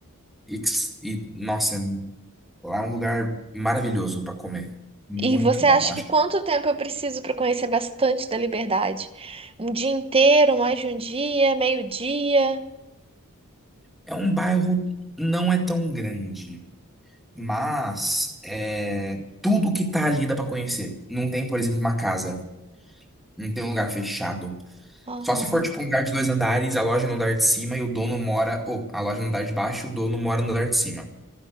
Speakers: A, in the centre; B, on the right.
A: e, que s- e, nossa, lá é um lugar maravilhoso para comer. Muito
B: E você
A: bom,
B: acha
A: acho.
B: que quanto
A: que-
B: tempo eu preciso para conhecer bastante da liberdade? Um dia inteiro, mais de um dia, meio-dia?
A: É um bairro não é tão grande, mas é tudo que tá ali dá para conhecer. Não tem, por exemplo, uma casa, não tem um lugar fechado.
B: Aham,
A: Só se for tipo um lugar de dois andares, a loja no andar de cima e o dono mora, ou a loja no andar de baixo, o dono mora no andar de cima.